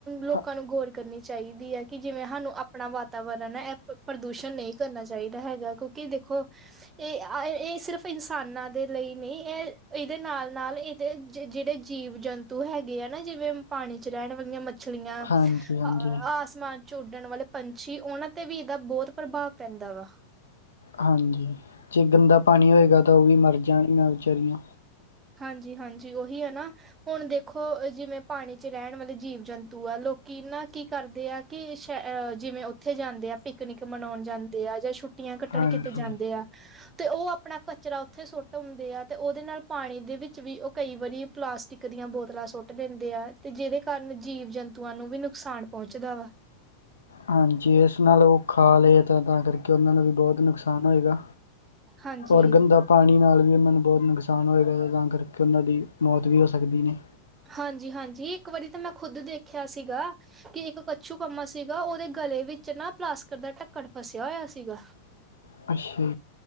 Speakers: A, on the right (about 20°); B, on the left (about 75°).
A: ਲੋਕਾਂ
B: ਹ
A: ਨੂੰ ਗੋਰ ਕਰਨੀ ਚਾਹੀਦੀ ਐ ਕਿ ਜਿਵੇਂ ਸਾਨੂੰ ਆਪਣਾ ਵਾਤਾਵਰਨ ਐਹ ਪ੍ਰਦੂਸ਼ਣ ਨਹੀਂ ਕਰਨਾ ਚਾਹੀਦਾ ਹੈਗਾ ਕਿਉਂ ਕੀ ਦੇਖੋ
B: <inaudible>
A: ਇਹ ਅਹ ਸਿਰਫ ਇਨਸਾਨਾਂ ਦੇ ਲਈ ਨਹੀਂ, ਇਹ ਇਹਦੇ ਨਾਲ ਨਾਲ ਇਹਦੇ ਜੇੜੇ ਜੀਵ ਜੰਤੂ ਤੂੰ ਹੈਗੇ ਆ ਨਾ ਜਿਵੇਂ ਪਾਣੀ 'ਚ ਰਹਿਣ ਵਾਲੀਆਂ ਮੱਛਲੀਆਂ,
B: ਹਾਂਜੀ, ਹਾਂਜੀ,
A: ਅ ਆਸ ਸਮਾਜ 'ਚ ਉੱਡਣ ਵਾਲੇ ਪੰਛੀ, ਉਹਨਾਂ ਤੇ ਵੀ ਇਹਦਾ ਬਹੁਤ ਪ੍ਰਭਾਵ ਪੈਂਦਾ ਵਾ।
B: ਹਾਂਜੀ ਜੇ ਗੰਦਾ ਪਾਣੀ ਹੋਏਗਾ ਤਾਂ ਉਹ ਵੀ ਮਰ ਜਾਣਗੀਆਂ ਵਿਚਾਰੀਆਂ।
A: ਹਾਂਜੀ- ਹਾਂਜੀ ਉਹੀ ਹੈ ਨਾ। ਹੁਣ ਦੇਖੋ ਜਿਵੇਂ, ਪਾਣੀ 'ਚ ਰਹਿਣ ਵਾਲੇ ਜੀਵ-ਜੰਤੂ ਆ। ਲੋਕੀ ਨਾ ਕੀ ਕਰਦੇ ਆ ਕਿ ਸ਼ ਜਿਵੇਂ, ਉੱਥੇ ਜਾਂਦੇ ਆ। ਪਿਕਨਿਕ ਮਨਾਉਂਣ ਜਾਂਦੇ ਆ। ਜਾਂ ਛੁੱ ਟੀਆਂ ਕੱਟਣ
B: ਹਾਂਜੀ।
A: ਕੀਤੇ ਜਾਂਦੇ ਆ। ਤੇ ਉਹ ਆਪਣਾ ਕਚਰਾ ਉੱਥੇ ਸੁੱਟ ਆਉਂਦੇ ਆ। ਤੇ ਉਹਦੇ ਨਾਲ ਪਾਣੀ ਦੇ ਵਿੱਚ ਵੀ ਉਹ ਕਈ ਵਾਰੀ ਪਲਾਸਟਿਕ ਦੀਆਂ ਬੋਤਲਾਂ ਸੁੱਟ ਦੇਂਦੇ ਆ। ਤੇ ਜਿਹਦੇ ਕਾਰਨ ਜੀਵ-ਜੰਤੂਆਂ ਨੂੰ ਵੀ ਨੁਕਸਾਨ ਪਹੁੰਚਦਾ ਵਾ।
B: ਹਾਂਜੀ। ਇਸ ਨਾਲ ਉਹ ਖਾ ਲਏ ਤਾਂ-ਤਾਂ ਕਰਕੇ ਉਹਨਾਂ ਨੂੰ ਵੀ ਬਹੁਤ ਨੁਕਸਾਨ ਹੋਏਗਾ।
A: ਹਾਂਜੀ
B: ਔਰ ਗੰਦਾ ਪਾਣੀ ਨਾਲ ਵੀ ਉਹਨਾਂ ਨੂੰ ਬਹੁਤ ਨੁਕਸਾਨ ਹੋਏਗਾ। ਤਾਂ ਕਰਕੇ ਉਹਨਾਂ ਦੀ ਮੌਤ ਵੀ ਹੋ ਸਕਦੀ ਨੇ।
A: ਹਾਂਜੀ-ਹਾਂਜੀ। ਇੱਕ ਵਾਰੀ ਤਾਂ ਮੈਂ ਖੁੱਦ ਦੇਖਿਆ ਸੀਗਾ। ਕਿ ਇੱਕ ਕੱਛੂ-ਕੰਮਾ ਸੀਗਾ। ਉਹਦੇ ਗਲੇ ਵਿੱਚ ਨਾ ਪਲਾਸਕਟ ਦਾ ਢੱਕਣ ਫਸਿਆ ਹੋਇਆ ਸੀਗਾ।
B: <inaudible> ਅੱਛਾ।